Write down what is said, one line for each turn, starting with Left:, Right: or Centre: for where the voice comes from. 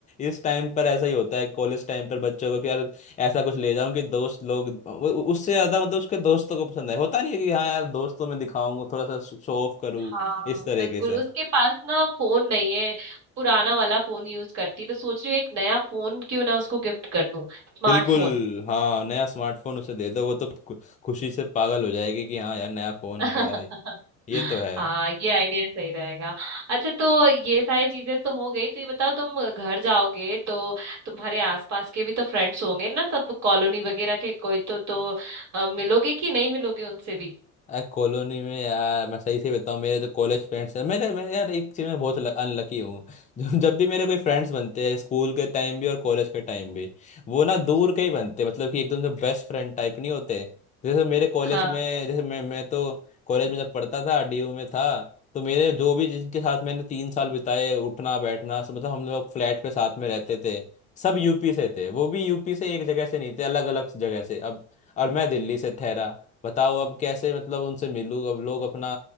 Left: इस टाइम पर ऐसा ही होता है कॉलेज टाइम पर बच्चों को कि यार ऐसा कुछ ले जाऊं कि दोस्त लोग वो- उससे ज्यादा मतलब उसके दोस्तों को पसंद है होता नहीं है कि हाँ यार दोस्तों में दिखाऊंगा थोड़ा सा शो ऑफ करूँ
Right: हाँ
Left: इस तरीके
Right: बिल्कुल
Left: से
Right: उसके पास ना फोन नहीं है पुराना वाला फोन यूज करती है तो सोच रही हूँ एक नया फोन क्यों ना उसको गिफ्ट कर दूं स्मार्टफोन
Left: बिल्कुल हाँ नया स्मार्टफोन उसे दे दो वो तो खु- खुशी से पागल हो जाएगी कि हाँ यार नया फोन
Right: <laughs>
Left: आ गया है। ये तो है
Right: हाँ ये आइडिया सही रहेगा अच्छा तो ये सारी चीजें तो हो गई तो ये बताओ तुम घर जाओगे तो तुम्हारे आसपास के भी तो फ्रेंड्स होंगे ना सब कॉलोनी वगैरह के कोई तो तो अ, मिलोगे कि नहीं मिलोगे उनसे भी
Left: यार कॉलोनी में यार मैं सही से बताऊँ मेरे जो कॉलेज फ्रेंड्स हैं मेरे मैं यार एक चीज़ में बहुत अनलकी हूँ <laughs> जो जब भी मेरे कोई फ्रेंड्स बनते हैं स्कूल के टाइम भी और कॉलेज के टाइम भी वो ना दूर के ही बनते हैं मतलब कि एकदम से बेस्ट फ्रेंड टाइप नहीं होते जैसे मेरे कॉलेज
Right: हाँ।
Left: में जैसे मैं मैं तो कॉलेज में जब पढ़ता था डीयू में था तो मेरे जो भी जिनके साथ मैंने तीन साल बिताए उठना बैठना सब- मतलब हम लोग फ्लैट पे साथ में रहते थे सब यूपी से थे वो भी यूपी से एक जगह से नहीं थे अलग अलग जगह से अब और मैं दिल्ली से ठहरा बताओ अब कैसे मतलब उनसे मिलूँ अब लोग अपना